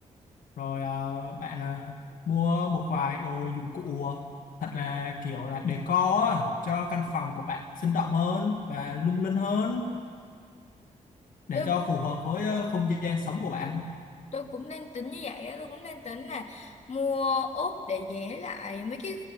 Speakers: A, on the left (about 80°); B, on the left (about 55°).
A: rồi ờ, bạn ờ, mua một vài đồ dụng cụ thật là kiểu là decor á cho căn phòng của bạn sinh động hơn và lung linh hơn để
B: tôi
A: cho
B: cũng
A: phù hợp với ờ, không gian sống của bạn
B: tôi cũng đang tính như vậy á tôi cũng đang tính là mua ốp để vẽ lại mấy cái